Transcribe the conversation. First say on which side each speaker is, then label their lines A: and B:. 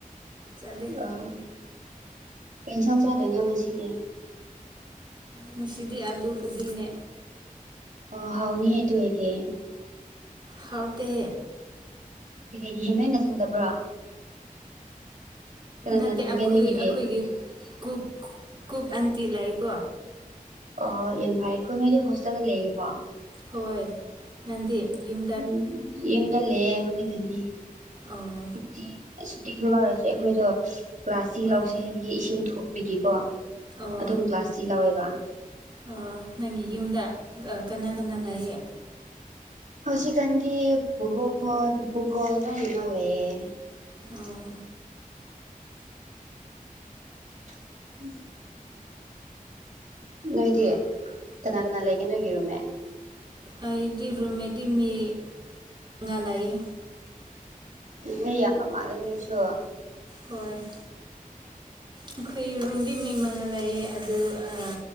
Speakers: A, on the right; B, on the right.
A: ꯆꯠꯂꯤ
B: ꯑꫭ ꯀꯔꯤ ꯏꯟꯁꯥꯡ ꯆꯥꯗꯣꯏꯅꯣ ꯉꯁꯤꯗꯤ
A: ꯉꯁꯤꯗꯤ ꯑꯥꯂꯨ ꯀꯣꯕꯤꯅꯦ
B: ꯑꯣ ꯍꯥꯎꯅꯤꯍꯦ ꯑꯗꯨꯑꯣꯏꯗꯤ
A: ꯍꯥꯎꯇꯦ
B: ꯀꯔꯤꯒꯤ ꯅꯣꯏꯅ ꯊꯣꯡꯗꯕ꯭ꯔꯥ ꯀꯅꯥꯅ
A: ꯅꯠꯇꯦ
B: ꯊꯣꯡꯒꯦ
A: ꯑꯩꯈꯣꯏ
B: ꯅꯣꯏꯒꯤꯗꯤ
A: ꯑꯩꯈꯣꯏꯒꯤ ꯀꯨꯛ ꯀꯨꯛ ꯑꯟꯇꯤ ꯂꯩꯀꯣ
B: ꯑꯣ ꯌꯥꯝ ꯐꯩꯀꯣ ꯅꯣꯏꯗꯤ ꯍꯣꯁꯇꯦꯜꯗ ꯂꯩꯔꯤꯕꯣ
A: ꯍꯣꯏ ꯅꯟꯗꯤ ꯌꯨꯝ
B: ꯎꯝ ꯌꯨꯝꯗ ꯂꯩꯌꯦ ꯍꯧꯖꯤꯛ ꯀꯥꯟꯗꯤ
A: ꯑꯣ
B: ꯁꯨꯇꯤ ꯁꯨꯇꯤ ꯊꯣꯛꯂꯔꯁꯦ ꯑꯩꯈꯣꯏꯗꯣ ꯀ꯭ꯂꯥꯁꯇꯤ
A: ꯑꯣ
B: ꯂꯧꯁꯤ ꯍꯥꯏꯕꯒꯤ ꯏꯁꯤꯡ ꯊꯨꯝꯕꯒꯤꯀꯣ
A: ꯑꯣ
B: ꯑꯗꯨꯝ ꯀ꯭ꯂꯥꯁꯇꯤ ꯂꯧꯋꯦꯕ
A: ꯑꯣ ꯅꯪꯒꯤ ꯌꯨꯝꯗ ꯑ ꯀꯅꯥ ꯀꯅꯥ ꯂꯩꯌꯦ
B: ꯍꯧꯖꯤꯀꯥꯟꯗꯤ ꯕꯨꯕꯣꯛ ꯈꯣꯏ ꯄꯨꯄꯨ ꯈꯣꯏ ꯂꯣꯏꯅꯃꯛ ꯂꯩꯌꯦ
A: ꯑꯥ
B: <unintelligible> ꯅꯣꯏꯗꯤ ꯀꯅꯥ ꯀꯅꯥ ꯂꯩꯒꯦ ꯅꯣꯏꯒꯤ ꯔꯨꯝꯃꯦꯠ
A: ꯑꯩꯗꯤ ꯔꯨꯝꯃꯦꯠꯇꯤ ꯃꯤ ꯃꯉꯥ ꯂꯩꯌꯦ
B: ꯃꯤ ꯌꯥꯝꯕ ꯃꯥꯟꯂꯦ ꯅꯣꯏꯁꯨ
A: ꯍꯣꯏ ꯑꯩꯈꯣꯏ ꯔꯨꯝꯗꯤ ꯃꯤ ꯃꯉꯥ ꯂꯩꯌꯦ ꯑꯗꯨ ꯑꯥ